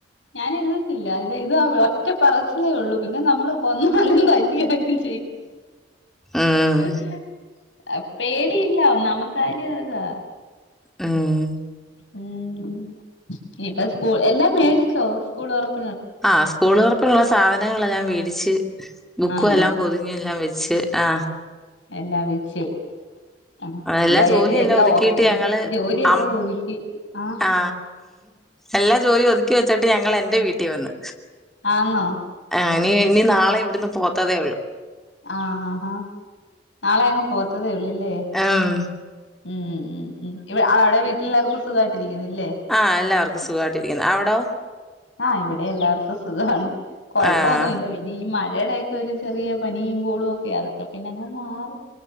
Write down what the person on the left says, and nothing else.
ഞാൻ എഴുതത്തില്ല, ഇത് അത് ഒറ്റ പറച്ചിലേ ഉള്ളൂ. പിന്നെ നമ്മള് കൊന്നാലും തല്ലിയാലും.
<unintelligible> പേടിയില്ല, ഒന്നാമത്താര്യം അതാ
ഉം ഇനിയിപ്പ സ്കൂൾ എല്ലാം മേടിച്ചോ സ്കൂള് തൊറ
ആണോ
എല്ലാ വെച്ച്. ആ എന്തായാലും
ഓക്കെ
ജോലിയെല്ലാം
ഒതുക്കി ആഹ്
ആന്നോ
ആഹ് ആഹ് ആഹ നാളെ അങ്ങു പോത്തതെയുള്ളു. ല്ലില്ലേ
ഉ ഉ ഉ അവിടെ വീട്ടില് എല്ലാവർക്കും സുഖമായിട്ടിരിക്കുന്നു.
ആ ഇവിടെ എല്ലാർക്കും. സുഖമാണ്. കുഴപ്പമൊന്നുമില്ല,
പിന്നെ ഈ മഴ മഴടെ ഒക്കെ ഒരു ചെറിയ പനിയും കോളും ഒക്കെ അതൊക്കെ പിന്നെ അങ്ങ് മാറും.